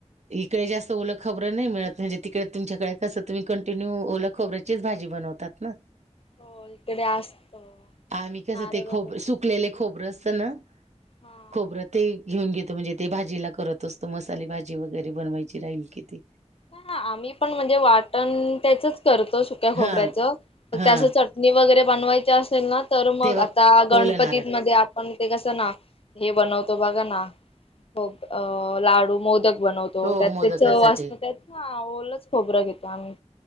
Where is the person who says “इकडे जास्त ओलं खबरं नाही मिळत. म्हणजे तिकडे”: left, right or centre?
Right